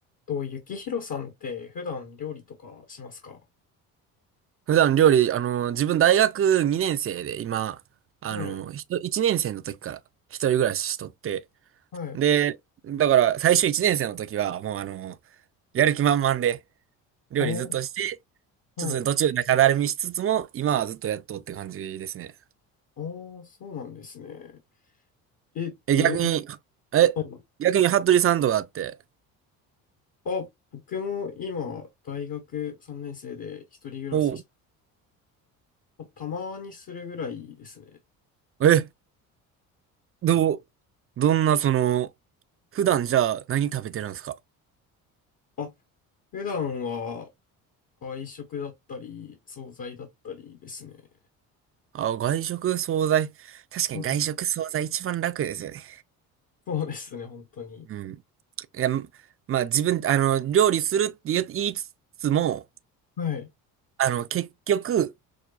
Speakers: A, on the left; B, on the right.
A: と、ゆきひろさんって普段料理とかしますか
B: 普段料理、あの、自分大学2年生で、今、あの、
A: はい、
B: ひと1年生の時から一人暮らししとって、
A: はい。
B: で、だから最初1年生の時は、もうあの、やる気満々で、料理ずっとして、
A: ああ、はい。
B: ちょっとね途中中だるみしつつも、今はずっとやっとって感じですね。
A: ああ、そうなんですね。え、
B: え、
A: どういっ
B: 逆に、え、
A: たの
B: 逆に服部さんとかあって、
A: あ、僕も今、大学3年生で一人暮らしし、
B: おう
A: まあたまにするぐらいですね。
B: え、どう、どんなその、普段じゃあ何食べてるんですか
A: あ、普段は外食だったり、惣菜だったりですね。
B: あ、外食、惣菜。確かに外食、
A: はい。
B: 惣菜一番楽ですよね。
A: そうですね、本当に。
B: うん。いや、まあ自分、あの、料理するって言言いつつも、
A: はい。
B: あの、結局、